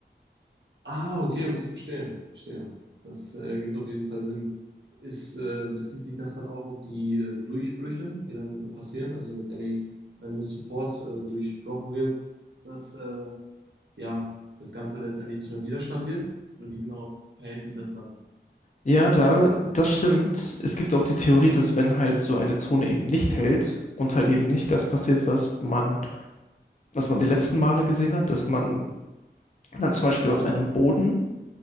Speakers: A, on the right; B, on the left.
A: Ah, okay, okay, verstehe, verstehe. Das äh, ergibt auf jeden Fall Sinn. Ist, äh, bezieht sich das dann auch auf die äh, Durchbrüche, die dann passieren? Also letztendlich, wenn der Support äh, durchbrochen wird, dass äh, ja das Ganze letztendlich zu einem Widerstand wird? Oder wie genau verhält sich das dann?
B: Ja, da, das stimmt. Es gibt auch die Theorie, dass wenn halt so eine Zone eben nicht hält und halt eben nicht das passiert, was man, was man die letzten Male gesehen hat, dass man dann zum Beispiel aus einem Boden